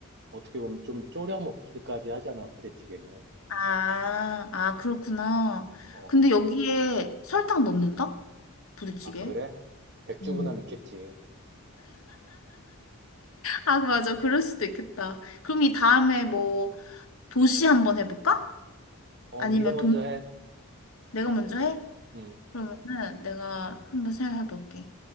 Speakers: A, on the right (about 50°); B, on the left (about 70°).
A: 어떻게 보면 좀 졸여 먹기까지 하잖아, 부대찌개는.
B: 아, 아, 그렇구나.
A: 어,
B: 근데 여기에 설탕 넣는다? 부대찌개?
A: 아, 그래? 백주부나
B: 오.
A: 넣겠지.
B: 아, 맞아. 그럴 수도 있겠다. 그럼
A: 어,
B: 이 다음에 뭐 도시 한번 해볼까?
A: 어,
B: 아니면
A: 네가 먼저
B: 동,
A: 해.
B: 내가 먼저 해?
A: 음,
B: 그러면은 내가 한번 생각해 볼게.